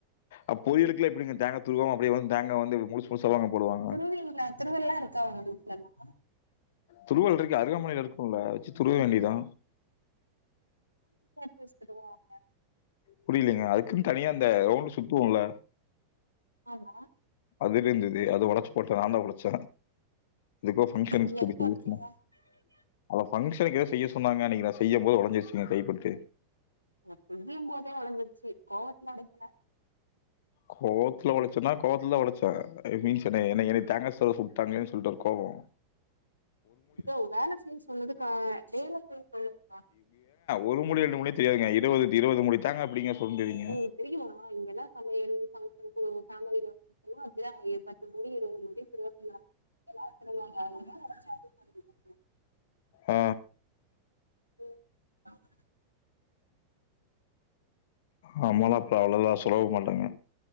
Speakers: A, on the left; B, on the left.
A: அ பொரியலுக்குலா எப்டிங்க தேங்கா துருவாம அப்டியே வந் தேங்கா வந்து முழுஸ் முழ்சாவாங்க போடுவாங்க
B: திருவுவீங்களா திருவல்லா இருக்கா உங்க வீட்லலா
A: துருவல்ருக்கு அருகாமனைல இருக்குல்ல துருவ வேண்டிதா
B: <inaudible> துருவாங்க
A: புரியலீங்க அதுக்குன் தனியா அந்த ரவுண்டு சுத்துவோல்ல
B: ஆமா
A: அதுருந்துது அது ஒடச்சு போட்ட நாந்தா ஒடச்ச எதுக்கோ ஃபங்க்ஷன்
B: நீ எதுக்கு ஒடச்சீங்க
A: <inaudible> அந்த ஃபங்க்ஷனுக்கு செய்ய சொன்னாங்க அன்னைக்கு நா செய்யம் போது ஒடஞ்சிருச்சுங்க கைப்பட்டு
B: <unintelligible> போதே வளந்துருச்சு கோவத்ல ஒடைக்கல
A: கோவத்துல ஒடச்சன்னா கோவத்துலதா ஒடச்ச மீன்ஸ் என்ன என்ன என்ன தேங்கா <unintelligible> உட்டாங்ளேன் சொல்லிட்டு ஒரு கோவொ
B: யோவ் வேல செய் சொன்னதுக்கா வேல செய் சொன்னதுக்கா
A: ஒரு மூடி ரெண்டு மூடினா தெரியாதுங்க இருவது இருவது மூடி தேங்கா எப்டிங்க சுரண்டுவீங்க?
B: உங்களுக்கு தெரியுமா இங்கெல்லா சமை யல் ஃபங்க்ஷன் பேமிலீல <inaudible> அப்டிதா பத்து மூடி இருவது மூடி துருவ சொல்வாங் எல்லா துருவ்வாங்க அதெல்லா நெனச்சா என்ன பண்ணுவீங்க
A: அ
B: <inaudible>
A: நம்மலா அப்ப அவ்ளதா சுலபொ இல்லைங்க